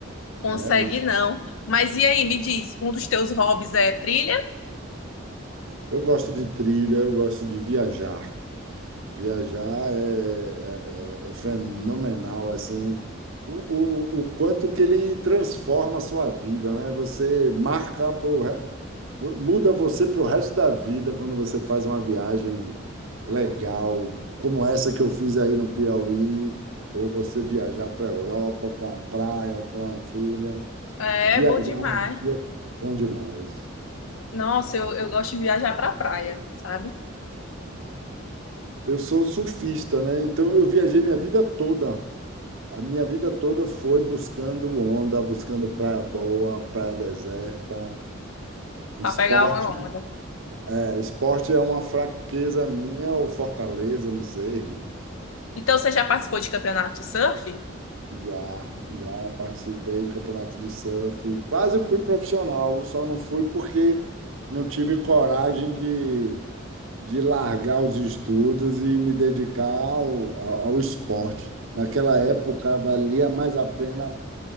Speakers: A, on the left (about 75°); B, on the right (about 70°).
A: consegue
B: né? Mas
A: não. Mas e aí, me diz, um dos teus hobbies é trilha?
B: eu gosto de trilha, eu gosto de viajar. Viajar é, é- é é fenomenal, assim, o, o, o quanto que ele transforma a sua vida, né? Você marca, pro, re- muda você para o resto da vida quando você faz uma viagem legal, como essa que eu fiz aí no Piauí, ou você viajar para a Europa, para uma praia, para uma trilha.
A: É
B: Viajar
A: bom demais.
B: em si é bom demais.
A: Nossa, eu, eu gosto de viajar pra praia, sabe?
B: Eu sou surfista, né? Então eu viajei minha vida toda. A minha vida toda foi buscando onda, buscando praia boa, praia deserta, esporte.
A: Pra pegar uma onda.
B: É, esporte é uma fraqueza minha ou fortaleza, não sei.
A: Então, você já participou de campeonato de surf?
B: Já, já participei de campeonato de surf, quase fui profissional, só não fui porque não tive coragem de, de largar os estudos e me dedicar ao, ao, ao esporte. Naquela época valia mais a pena